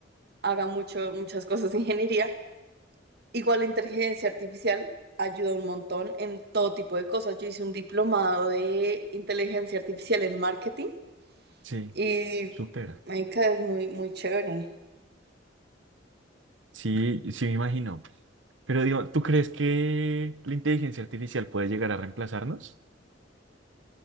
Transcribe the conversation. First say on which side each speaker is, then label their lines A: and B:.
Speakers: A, on the right; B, on the right.
A: haga mucho, muchas cosas de ingeniería. Igual la inteligencia artificial ayuda un montón en todo tipo de cosas. Yo hice un diplomado de inteligencia artificial en marketing
B: sí,
A: y
B: súper.
A: marica, es muy, muy chévere.
B: Sí, sí me imagino. Pero digo, ¿tú crees que la inteligencia artificial puede llegar a reemplazarnos?